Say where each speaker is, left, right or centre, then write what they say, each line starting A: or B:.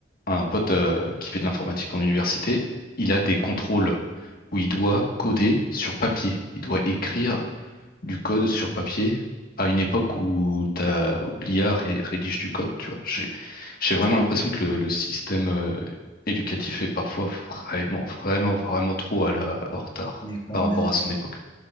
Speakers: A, on the left; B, on the left.
A: un pote euh, qui fait de l'informatique en université, il a des
B: ouais,
A: contrôles où il doit coder sur papier. Il doit écrire du code sur papier à une époque où t'as, où l'IA ré- rédige du code, tu vois. J'ai, j'ai vraiment
B: c'est vrai.
A: l'impression que le, le système euh, éducatif est parfois vraiment, vraiment, vraiment trop à la, en retard
B: Mais quand
A: par
B: même,
A: rapport à son époque.